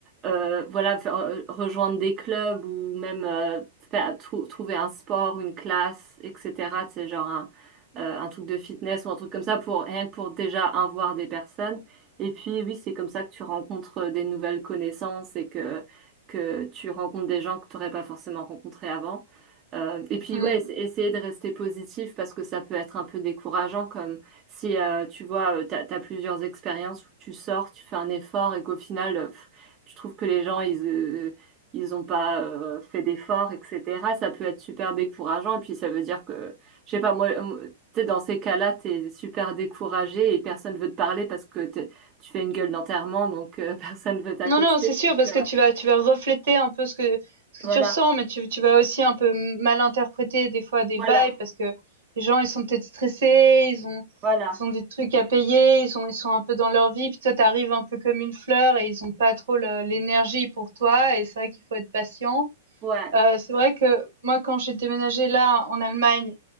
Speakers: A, on the right; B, on the right.
A: euh, voilà, faire- euh, rejoindre des clubs ou même euh, faire- trou- trouver un sport, une classe, etc. C'est genre un, euh, un truc de fitness ou un truc comme ça pour rien que pour déjà un voir des personnes. Et puis oui, c'est comme ça que tu rencontres euh, des nouvelles connaissances et que que tu rencontres des gens que tu n'aurais pas forcément rencontrés avant. Euh, et puis
B: Mm.
A: ouais, essa- essayer de rester positif parce que ça peut être un peu décourageant comme si euh, tu vois, euh, t'as, t'as plusieurs expériences où tu sors, tu fais un effort et qu'au final, euh, pff, tu trouves que les gens, ils, euh, ils ont pas euh, fait d'efforts, etc. Ça peut être super décourageant et puis ça veut dire que, je sais pas, moi, euh, t'es dans ces cas-là, t'es super découragé et personne veut te parler parce que t'es- tu fais une gueule d'enterrement, donc euh, <laughs> personne veut t'accoster.
B: Non, non, c'est sûr,
A: Donc
B: parce
A: euh,
B: que tu vas, tu vas refléter un peu ce que, ce
A: voilà,
B: que tu ressens, mais tu, tu vas aussi un peu mal interpréter des fois des
A: voilà,
B: vibes, parce que les gens, ils sont peut-être stressés, ils ont,
A: voilà,
B: ils ont des trucs à payer, ils ont, ils sont un peu dans leur vie, puis toi, t'arrives un peu comme une fleur et ils ont pas trop le- l'énergie pour toi, et c'est vrai qu'il faut être patient.
A: ouais,
B: Euh, c'est vrai que moi, quand j'ai déménagé là en Allemagne,